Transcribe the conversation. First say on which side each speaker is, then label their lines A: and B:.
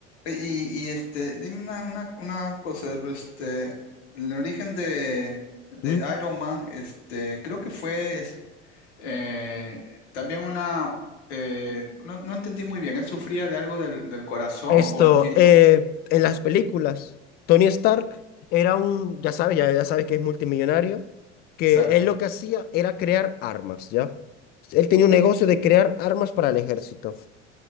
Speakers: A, on the left (about 60°); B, on the left (about 30°).
A: y, y este, dime una, una, una cosa, este, el origen de, de
B: ¿Mm?
A: Iron Man, este, creo que fue, es- eh, también una, eh, no, no entendí muy bien, ¿él sufría de algo del, del corazón
B: Esto,
A: o adquirió?
B: eh, en las películas, Tony Stark era un, ya sabes, ya, ya sabes que es multimillonario, que
A: Exacto.
B: él lo que hacía era crear armas, ¿ya? Él tenía un negocio de crear armas para el ejército.